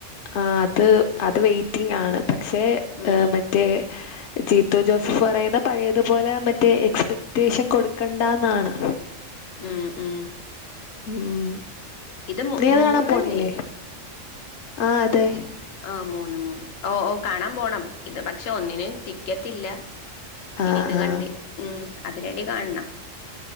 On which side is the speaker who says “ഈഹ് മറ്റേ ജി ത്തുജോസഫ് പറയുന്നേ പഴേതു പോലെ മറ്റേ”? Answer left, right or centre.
Left